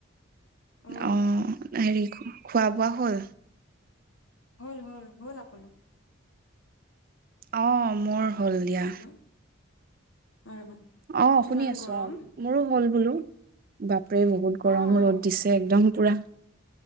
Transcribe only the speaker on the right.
অ', হেৰি খোৱা বোৱা হ'ল।
অহ', মোৰ হ'ল দিয়া।
অ', শুনি
আছো
অ', মোৰো হ'ল বোলো। বাপ সেই বহুত গৰম
ৰ'দ দিছে একদম। পুৰা।